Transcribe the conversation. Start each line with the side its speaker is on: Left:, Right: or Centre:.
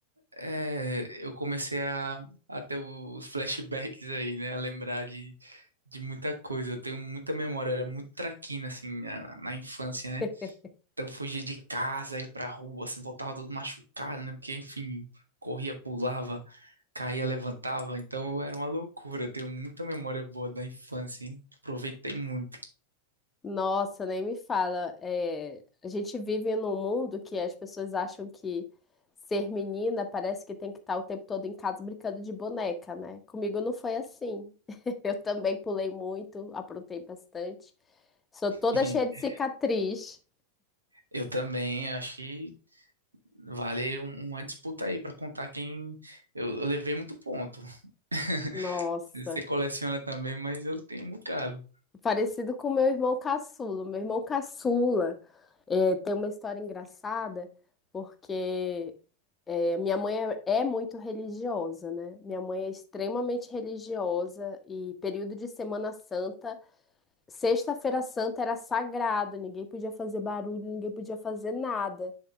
Right: é, eu comecei a, a ter os flashbacks aí, né? A lembrar de, de muita coisa. Eu tenho muita memória, eu era muito traquina, assim, na, na infância, né?
Left: <laughs>
Right: Então eu fugia de casa, ia pra rua, se voltava todo machucado, né? Porque, enfim, corria, pulava, caía, levantava. Então era uma loucura. Eu tenho muita memória boa da infância, hein? Aproveitei muito.
Left: Nossa, nem me fala. É, a gente vive num mundo que as pessoas acham que ser menina parece que tem que estar o tempo todo em casa brincando de boneca, né? Comigo não foi assim. <laughs> Eu também pulei muito, aprontei bastante. Sou toda
Right: <laughs>
Left: cheia de cicatriz.
Right: Eu também, acho que Vale um- uma disputa aí pra contar quem. Eu, eu levei muito ponto. <laughs>
Left: Nossa.
Right: Você coleciona também, mas eu tenho um bocado.
Left: Parecido com meu irmão caçula. Meu irmão caçula tem uma história engraçada, porque é, minha mãe é, é muito religiosa, né? Minha mãe é extremamente religiosa e período de Semana Santa, Sexta-feira Santa era sagrado, ninguém podia fazer barulho, ninguém podia fazer nada.